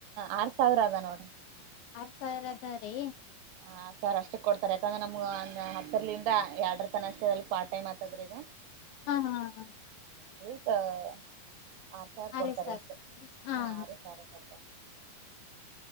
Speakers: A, on the right (about 80°); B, on the left (about 75°).
A: ಆರು ಸಾವಿರ ಅದ ನೋಡ್ರಿ
B: ಆರ್ ಸಾವಿರ ಅದ ರೀ
A: ಹ ಆರ್ಸಾವಿರ ಅಷ್ಟಕ್ ಕೊಡ್ತಾರೆ ಯಾಕಂದ್ರೆ ನಮ್ಗಂಗ ಹತ್ತರ್ಲಿಂದ ಎರ್ಡರುತನ ಅಷ್ಟೆ ಅಲ್ಲಿ ಪಾರ್ಟೈಮ್ ಆಯ್ತದ್ರಿ ಅದು
B: ಹಾ ಹಾ ಹಾ
A: ಹಾ್ ಆರ್ಸಾವಿರ್
B: ಆರೇ
A: ಕೊಡ್ತಾರೆ
B: ಸಾಕ್
A: ಅಷ್ಟೆ
B: ಹಾ
A: ಹ
B: ಹಾ
A: ಆರೆ ಸಾವಿರ ಕೊಡ್ತಾರೆ